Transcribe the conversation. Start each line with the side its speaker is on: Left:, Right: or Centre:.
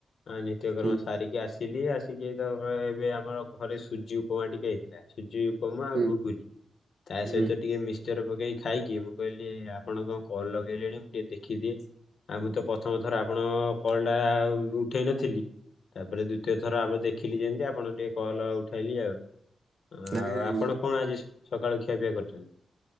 Left: ଆ ନିତ୍ୟକ୍ରମ
Right: ହୁଁ
Left: ସାରିକି ଆସିଲି ଆସିକି ତ ଏବେ ଆମର ଘରେ ସୁଜି ଉପମା ଟିକେ ହେଇଥିଲା। ସୁଜି ଉପମା
Right: ହୁଁ
Left: ଆଉ ଘୁଗୁନି ତା
Right: ହୁଁ
Left: ସହିତ ଟିକେ ମିଶ୍ଚ ମିକଶ୍ଚର ପକେଇକି ଖାଇକି ମୁଁ କହିଲି ଆପଣକଣ କଲ ଲଗେଇଲେଣି ମୁଁ ଟିକେ ଦେଖିଦିଏ। ଆଉ ମୁଁ ତ ପ୍ରଥମ ଥର ଆପଣଙ୍କ କଲ ଟା ଉଠେଇ ନଥିଲି। ତାପରେ ଦ୍ୱତୀୟ ଥର ଆପ ଦେଖିଲି ଯେମତି ଆପଣ ଟିକେ କଲ୍ ଉଠାଇଲି ଆଉ। ଆଉ
Right: ନାଇଁ
Left: ଆପଣ କଣ ଆଜି ସକାଳୁ ଖିଆ ପିଆ କରିଛନ୍ତି?